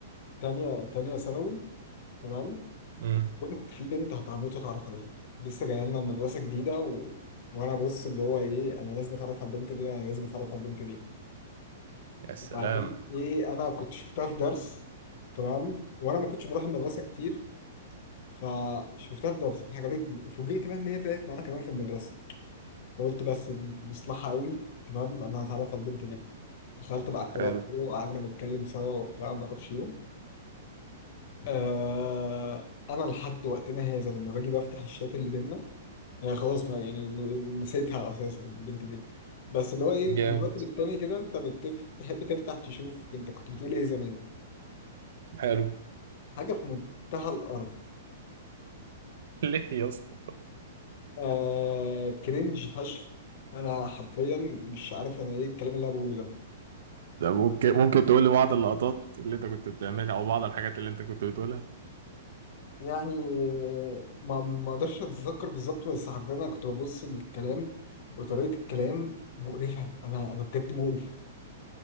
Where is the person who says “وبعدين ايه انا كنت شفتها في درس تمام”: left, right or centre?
Left